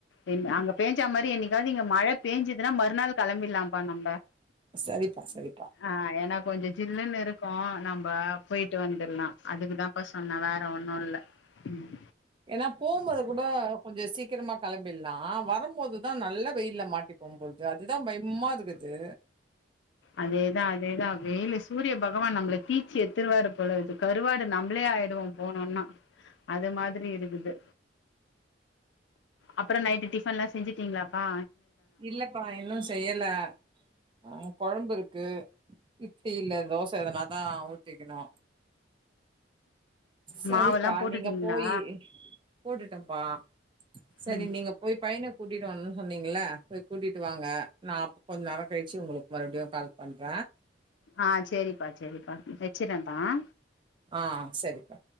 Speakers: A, on the left; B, on the right.
A: என் அங்க பேஞ்சா மாரி என்னிக்காவுது இங்க மழ பேஞ்சுதுனா மறுநாள் கெளம்பிர்லாம்ப்பா நம்ப
B: சரிப்பா சரிப்பா
A: ஆ ஏனா கொஞ்சோ ஜில்லுனு இருக் கு நம்ப போயிட்டு வந்துர்லா அதுக்குதாம்ப்பா சொன்ன வேற ஒன்னு இல்ல ம்
B: ஏன்னா போம் போது கூட கொஞ்ச சீக்கிரமா கெளம்பிர்லா வரம் போதுதா நல்லா வெயில்ல மாட்டிப்போ போல்து அதுதா பய்மா இருக்குது
A: அதேதா அதேதா வெயிலு சூரிய பக கவான் நம்ள தீச்சி எத்துருவாரு போல இருக்து கருவாடு நம்மளே ஆய்டுவோ போனோனா அது மாதிரி இருக்குது அப்பற நைட்டு டிஃபன்லா செஞ்சுட்டிங்ளாப்பா
B: இல்லப்பா இன்னு செய்யல அ கொழம்பு இருக்கு இட்லி இல்ல தோச எதனா ஆ ஊத்திக்கணு சரிப்பா
A: மாவெல்லா போட்டுட்டீங்களா
B: நீங்க போயி போட்டுட்டம்ப்பா சரி
A: ம்
B: நீங்க போய் பயன கூட்டி டு வரனுனு சொன்னிங்கல போய் கூட்டிட்டு வாங்க நா அப் கொஞ்ச நேரோ கழிச்சி உங்கள மறுபடியு கால் பண்ற
A: ஆ சேரிப்பா சேரிப்பா வச்சிறேன்ப்பா
B: ஆ சரிப்பா